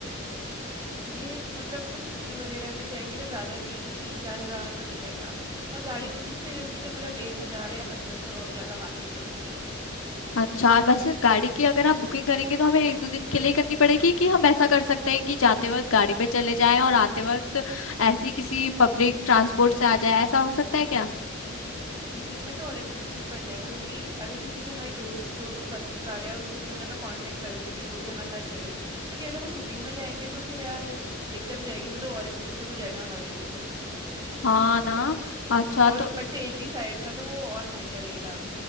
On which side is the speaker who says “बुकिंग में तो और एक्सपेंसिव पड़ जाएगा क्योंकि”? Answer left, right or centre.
Right